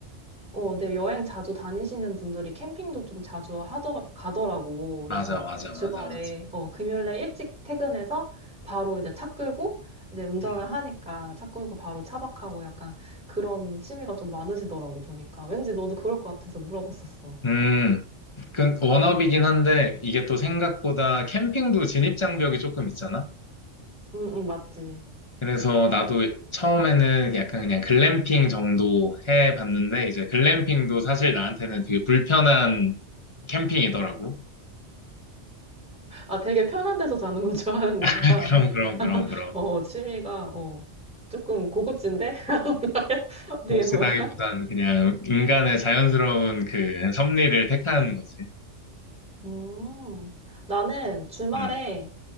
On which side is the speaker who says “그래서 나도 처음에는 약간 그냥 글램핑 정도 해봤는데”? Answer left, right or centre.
Left